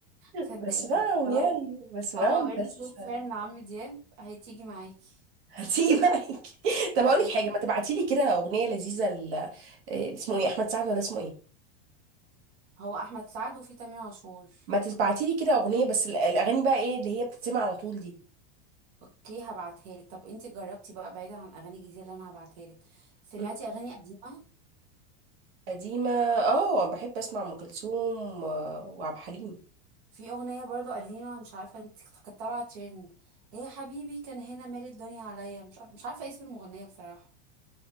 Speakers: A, on the right (about 50°); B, on the right (about 65°).
A: صدقيني
B: بسمعهم
A: طالما
B: يعني بسمعهم
A: طالما بقيتي
B: بس
A: صوت فان لعمرو دياب هتيجي معاكي
B: هسيبك <laughs> طب هقول
A: آه.
B: لك حاجه ما تبعتي لي كده اغنيه لذيذه ل... إيه اسمه ايه احمد سعد ولا اسمه ايه
A: هو احمد سعد وفي تامر عاشور
B: ما تبعتي لي كده اغنيه بس ال- الاغاني بقى ايه اللي هي بتتسمع على طول دي
A: اوكي هبعتها لك طب انت جربتي بقى بعيدا عن الاغاني الجديده اللي انا هبعتها لك سمعتي
B: مم.
A: اغاني قديمه
B: قديمه اه بحب اسمع ام كلثوم و- وعبد الحليم
A: في اغنيه برضو قديمه مش عارفه انت كانت طالعه ترند ليه يا حبيبي كان هنا مال الدنيا عليا مش عارفه مش عارفه اسم المغنيه بصراحه